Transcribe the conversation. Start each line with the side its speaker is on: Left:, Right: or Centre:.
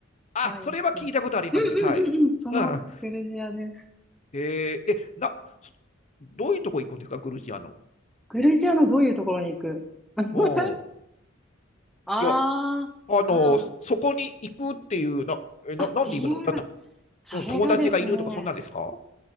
Left: あ、
Centre: ワイン好き。
Left: それは聞いたことあります。
Centre: うんうんうんうん。
Left: はい。
Centre: そのグルジアです。
Left: うん。えーえ、な、そどういうとこ行くんですか、グルジアの。
Centre: グルジアのどういうところに行く <laughs>
Left: うん。
Centre: ああ、
Left: いや、あの、
Centre: はあ。
Left: そこに行くっていう、な、え、な、
Centre: あ、
Left: なんで行くのだと、
Centre: 理由が、それがですね、
Left: うん、友達がいるとか、そんなんですか